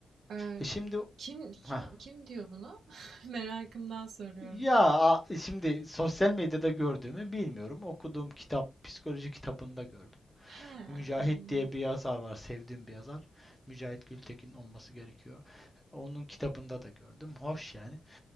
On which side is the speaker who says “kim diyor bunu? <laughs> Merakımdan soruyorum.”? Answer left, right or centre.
Right